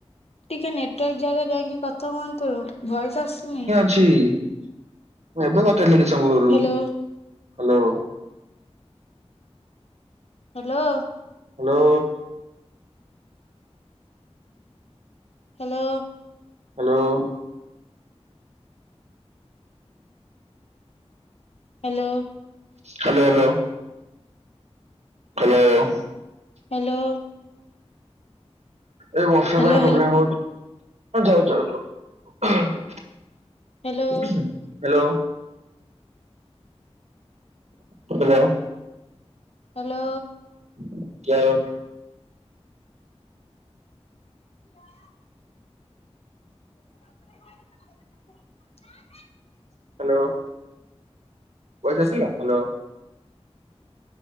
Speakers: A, on the left; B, on the right.
A: ଟିକେ ନେଟୱାର୍କ ଜାଗା ଯାଇକି କଥା କୁହନ୍ତୁ ଭଏସ ଆସିୁନି
B: ମୁ ଏବେ କଥା ହେଇଥିଲି କିଛି ସମୟ ପୂର୍ବରୁ
A: hello
B: hello
A: hello
B: hello
A: hello
B: hello
A: hello
B: hello hello. Hello.
A: Hello.
B: ଏ ବର୍ଷା
A: ହ୍ୟାଲୋ
B: ପାଇଁ
A: ହ୍ୟାଲୋ
B: ପ୍ରୋବ୍ଲୋମ୍ ହଉଛି ଯାଉଛି ଯାଉଛି
A: hello
B: <unintelligible> hello. Hello.
A: Hello.
B: <unintelligible>
A: <unintelligible> <unintelligible>
B: Hello. <unintelligible> ଆସିଲା ହ୍ୟାଲୋ।